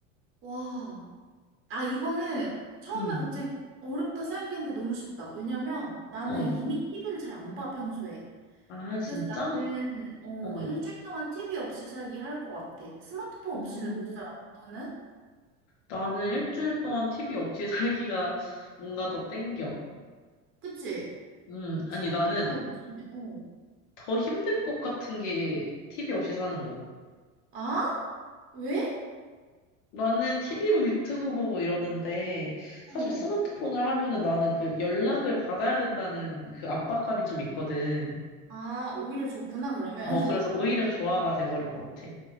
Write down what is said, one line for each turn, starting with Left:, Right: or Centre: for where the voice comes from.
Right: 와. 아, 이거는 처음에
Left: 응.
Right: 갑자기 어렵다 생각했는데 너무 쉽다. 왜냐면 나는
Left: 어.
Right: 이미 TV를 잘 안 봐, 평소에.
Left: 아, 진짜?
Right: 그래서 나는 어,
Left: 어.
Right: 일주일 동안 TV 없이 살기 할 것 같아. 스마트폰
Left: 음.
Right: 없이는 못 살아. 너는?
Left: 나는 일주일 동안 TV 없이 <laughs> 살기가 뭔가 더 땡겨.
Right: 그치?
Left: 음.
Right: 스마트폰
Left: 아니, 나는
Right: 없이. 어.
Left: 더 힘들 것 같은 게 TV 없이 사는 거.
Right: 아? 왜?
Left: 나는 TV로 유튜브 보고 이러는데,
Right: 어.
Left: 사실 스마트폰을 하면은 나는 그 연락을 받아야 된다는 그 압박감이 좀 있거든.
Right: 아, 오히려 좋구나, 그러면.
Left: 어,
Right: <laughs>
Left: 그래서 오히려 조화가 돼버릴 것 같아.